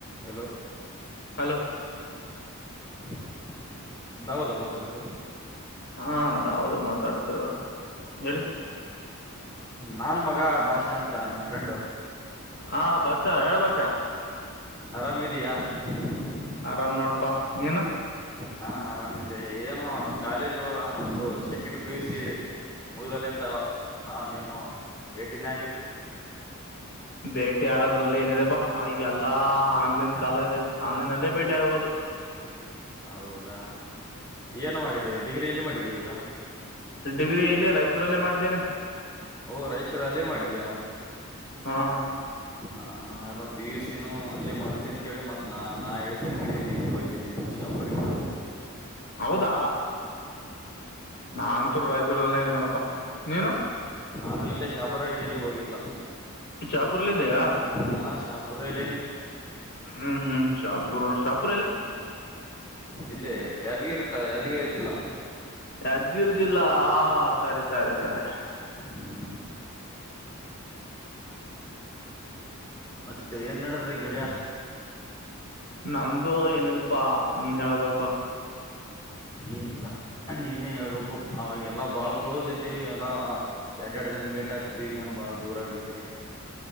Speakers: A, on the left; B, on the left.
A: Hello?
B: Hello
A: <inaudible> ದೌದಾ ಮಾ, ತಾಡಿದ್ರು?? <inaudible>
B: ಹಾ ಹೌದು ಮಾತಾಡ್ತದ ಹೇಳಿ
A: ನಾನು, ಮಗ ಭಾಷಾ! ಅಂತ ನಿಮ್ ಫ್ರೆಂಡು? <inaudible>
B: ಹಾ, ಬಷಾ ಹೇಳ ಬಷ? <inaudible>
A: ಆರಾಮಿದಿಯಾ? <inaudible>
B: ಆರಾಮ, ನೋಡಪ್ಪಾ. ನೀನು? <inaudible>
A: ಹಾ ಆರಾಮಿದೆ ಏನು ಕಾಲೇಜು ಅದು ಸೆಕೆಂಡ್ ಪಿ ಯು ಸಿ ಮುಗದರಿಂದ ನಾವ ನೀನು ಭೇಟಿನೇ ಆಗಿಲ್ಲ
B: ಭೇಟಿ ಆಗದ್ರಲ್ಲಿ ಏನಿದೆಪ್ಪಾ ಈಗಲ್ಲಾ ಆನ್ಲೈನ್ ಕಾಲ ಇದೆ ಆನ್ಲೈ ಅಲ್ಲೇ ಮಷ್ಟೆ ಆಗೋದು
A: ಹೌದಾ ಏನು ಮಾಡಿದೆ ಡಿಗ್ರಿ ಎಲ್ಲಿ ಮಾಡಿದೀ ಈಗ.
B: ಡಿಗ್ರಿ ಇಲ್ಲಿ ರಾಯಚೂರಲ್ಲೇ ಮಾಡಿದ್ದೇನೆ.
A: ಓ ರಾಯಚೂರು ಅಲ್ಲೇ ಮಾಡಿದೀಯಾ
B: ಹಾಂ.
A: ಹಾ ಹಾ ಎಲ್ಲ ಪಿ ಯು ಸಿನೂ ಅಲ್ಲೇ ಮಾಡ್ತನ ಅಂತೇಳಿ ಮತ್ತೆ ನಾ ನಾ ಹೇಳಿ ಸಲಕಿದಿ ಇಲ್ಲಿ ಇಲ್ಲಿ ಬಂದಿದ್ದೀನಿ ನಿನ್ನ ಶಾಪರಿಗೆ.
B: ಹೌದಾ ನಾನ್. ಪ ರಾಯಚೂರಲ್ಲೇ ನೋಡಪ್ಪಾ ನೀನು.
A: ನಾನು ಇಲ್ಲೇ ಶಾಪ. ಒಬ್ಬರಾಗ ಎಲ್ಲಿ ಹೋಗಿಲ್ಲ
B: ಶಾಪುರ್ಲ್ಲ ಇದೆಯಾ
A: ಹಾ ಶಾಪ್. ಬರಲಿ.
B: ಹ್ಮ್ ಹ್ಮ್ ಸಪ.
A: ಇಲ್ಲೇ ಯದಗ ಇರುತ್ತೆ. ಅಿಕ ಆಜಿಲ್ಲಾ.
B: ಯಾದಗಿರಿ ಜಿಲ್ಲಾ ಹ ಸರಿ ಸರಿ ಸರಿ.
A: ಹ್ಮ್ ಮತ್ತೆ ಏನ್ ನಡ್ದದ ಗೆಳಯ.
B: ನಮ್ದು ಏನಿಲ್ಪಾ ನೀನ್ ಹೇಳ್ಬೇಕು
A: ಏನಿಲ್ಲ ನೀನೇ ಹೇಳ್ಬೇಕು ಅವಾಗೆಲ್ಲಾ ಬಾಳ್ ಕ್ಲೋಸ್ ಇದ್ದೀವಿ ಎಲ್ಲಾ ಎರ್ಡ್ ಎರ್ಡ್ ದಿನಕ್ ಮೀಟ್ ಆತಿದ್ವಿ ಈಗ್ ಏನ್ ಬಾಳ ದೂರ ಆಗ್ಬಿಟ್ಟಿದ್ಯ.